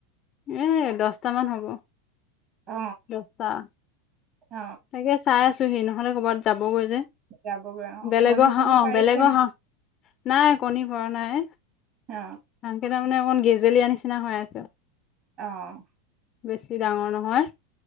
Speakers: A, on the left; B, on the right.
A: এ দচটা মান হ'ব।
B: অ
A: দচটা।
B: অ
A: তাকে চাই আছো। সেই নহ'লে কবাত যাব। হৈ যে
B: যাবগৈ অ
A: বেলেগৰ
B: কণী চণী
A: হাঁহ, অ
B: পাৰিছে
A: বেলেগৰ
B: নে
A: হাঁহ। নাই কণী পৰা নাই।
B: অ।
A: হাঁহ মানে অকণ গেজেলীয়া নিচিনা হৈ আছে।
B: অহ',
A: বেছি ডাঙৰ নহয়।